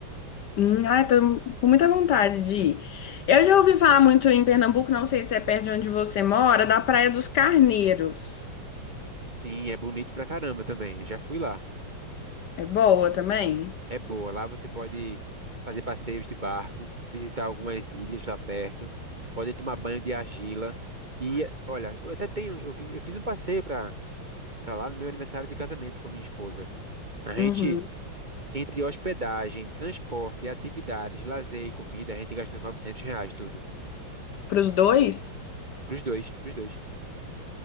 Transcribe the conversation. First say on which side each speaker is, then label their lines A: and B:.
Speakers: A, on the left (about 65°); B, on the right (about 25°).
A: Hum, ah, tô com muita vontade de ir. Eu já ouvi falar muito em Pernambuco, não sei se é perto de onde você mora, da Praia dos Carneiros.
B: Sim, é bonito pra caramba também. Eu já fui lá.
A: É boa também?
B: É boa. Lá você pode fazer passeios de barco, visitar algumas ilhas lá perto, pode tomar banho de argila. E olha, eu até tenho, eu fiz, eu fiz um passeio pra para lá no meu aniversário de casamento com minha esposa. A gente
A: Uhum.
B: Entre hospedagem, transporte, atividades, lazer e comida, a gente gastou 900 reais tudo.
A: Para os dois?
B: Pros dois, pros dois.